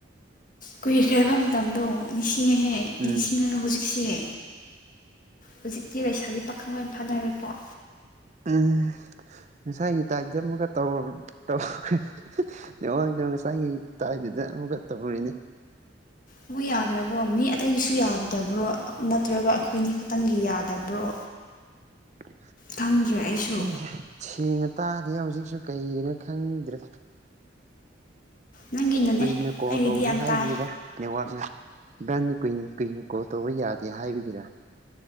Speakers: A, on the left; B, on the right.
A: ꯀꯨꯏꯈ꯭ꯔꯦꯕ ꯃꯇꯝꯗꯣ ꯅꯤꯡꯁꯤꯡꯉꯦꯍꯦ ꯅꯤꯡꯁꯤꯡꯉꯥꯒ
B: ꯎꯝ
A: ꯍꯧꯖꯤꯛꯁꯦ ꯍꯧꯖꯤꯛꯇꯤ ꯂꯩꯁꯥꯕꯤ ꯄꯥꯈꯪ ꯂꯣꯏ ꯐꯥꯅꯔꯦꯀꯣ
B: ꯎꯝ ꯉꯁꯥꯏꯒꯤ ꯇꯥꯏꯞꯇ ꯑꯃꯒ ꯇꯔ ꯇꯧꯈ꯭ꯔꯦ ꯅꯦꯠꯌꯥꯛꯇꯣ ꯉꯁꯥꯏꯒꯤ ꯇꯥꯏꯗꯨꯗ ꯑꯃꯨꯛꯀ ꯇꯧꯔꯤꯅꯦ
A: ꯑꯃꯨꯛ ꯌꯥꯗ꯭ꯔꯕꯣ ꯃꯤ ꯑꯇꯩꯒꯤꯁꯨ ꯌꯥꯗꯕ꯭ꯔꯣ ꯅꯠꯇ꯭ꯔꯒ ꯑꯩꯈꯣꯏꯅꯤ ꯈꯛꯇꯪꯒꯤ ꯌꯥꯗꯕ꯭ꯔꯣ
B: <inaudible>
A: ꯈꯪꯗ꯭ꯔꯦ ꯑꯩꯁꯨ
B: ꯈꯪꯗꯦ ꯁꯦꯡꯅ ꯇꯥꯗꯦ ꯍꯧꯖꯤꯛꯁꯨ ꯀꯩꯒꯤꯅꯣ ꯈꯪꯗ꯭ꯔꯦ
A: ꯅꯪꯒꯤꯅꯅꯦ
B: ꯀꯨꯏꯅ ꯀꯣꯜ
A: ꯑꯩꯒꯤꯗꯤ
B: ꯇꯧꯒꯅꯨ
A: ꯌꯥꯝ
B: ꯍꯥꯏꯕꯤꯔ
A: ꯇꯥꯏ
B: ꯅꯦꯠꯋꯥꯛꯁꯦ ꯏꯕꯥꯅꯤ ꯀꯨꯏ ꯀꯨꯏꯅ ꯀꯣꯜ ꯇꯧꯕ ꯌꯥꯗꯦ ꯍꯥꯏꯕꯒꯤꯔ